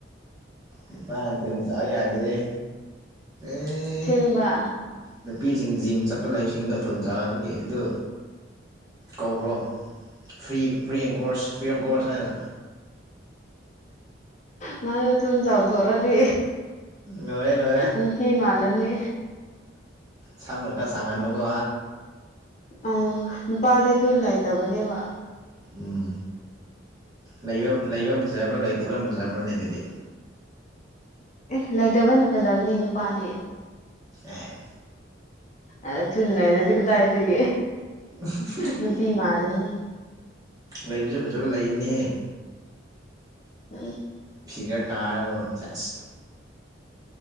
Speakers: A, on the right; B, on the left.
A: ꯅꯨꯄꯥꯅ ꯊꯨꯟ ꯆꯥꯎ ꯌꯗꯦꯍꯦ ꯑꯦ
B: ꯁꯦꯡꯕ
A: ꯅꯨꯄꯤꯁꯤꯡ ꯖꯤꯝ ꯆꯠꯄ ꯂꯩꯕꯁꯤꯡꯗꯣ ꯊꯨꯟ ꯆꯥꯎꯍꯥꯟꯕꯒꯤ ꯑꯗꯨ ꯀꯧꯈ꯭ꯔꯣ free free and course free of course ꯍꯥꯏꯅ
B: ꯅꯪꯁꯨ ꯊꯨꯟ ꯆꯥꯎꯊꯣꯔꯥꯗꯤ
A: ꯂꯣꯏꯔꯦ ꯂꯣꯏꯔꯦ
B: ꯅꯨꯄꯤ ꯃꯥꯂꯅꯤ
A: ꯁꯝꯒꯥ ꯈꯔ ꯁꯥꯡꯍꯟꯕꯀꯣ
B: ꯑꯪ ꯅꯨꯄꯥꯗꯤ ꯊꯨꯟ ꯂꯩꯇꯕꯅꯦꯕ
A: ꯎꯝ ꯂꯩꯕ ꯂꯩꯕꯅ ꯐꯖꯕ꯭ꯔꯣ ꯂꯩꯇꯕꯅ ꯐꯖꯕ꯭ꯔꯣꯅꯦ ꯑꯗꯨꯗꯤ
B: ꯑꯦ ꯂꯩꯇꯕꯅ ꯐꯖꯕꯅꯤ ꯅꯨꯄꯥꯗꯤ
A: ꯑꯦ
B: ꯑ ꯊꯨꯟ ꯂꯩꯔꯗꯤ ꯀꯗꯥꯏꯗꯒꯤ
A: <unintelligible>
B: ꯅꯨꯄꯤ ꯃꯜꯂꯥꯅꯤ
A: ꯂꯩꯕꯁꯨ ꯐꯖꯕ ꯂꯩꯕꯅꯦꯍꯦ
B: ꯎꯝ
A: ꯐꯤꯒꯔ ꯇꯥꯔꯒꯥ ꯀꯣ ꯁꯦꯁ